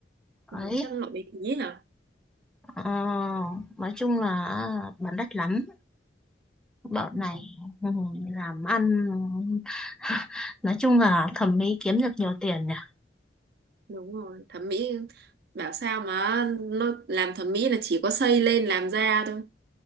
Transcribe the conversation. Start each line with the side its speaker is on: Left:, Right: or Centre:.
Right: Ừ,
Centre: đấy
Right: Chắc nó bị phí hả?
Centre: ờ, nói chung là bán đắt lắm bọn này
Right: Ừ.
Centre: ừ, làm ăn <laughs> nói chung là thẩm mỹ kiếm được nhiều tiền nhỉ
Right: đúng rồi thẩm mỹ bảo sao mà nó làm thẩm mỹ là chỉ có xây lên làm da thôi